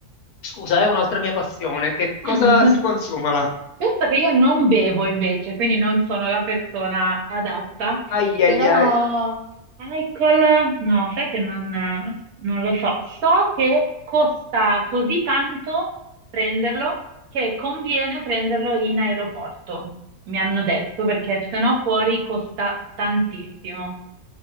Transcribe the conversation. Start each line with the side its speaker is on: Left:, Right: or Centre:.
Left: Scusa, è un'altra mia passione. Che cosa
Right: <laughs>
Left: si consuma là?
Right: Penso che io non bevo invece, quindi non sono la persona adatta,
Left: Ai
Right: però
Left: ai ai,
Right: alcol no, sai che non, non lo so. So che costa così tanto prenderlo che conviene prenderlo in aeroporto, mi hanno detto, perché se no fuori costa tantissimo.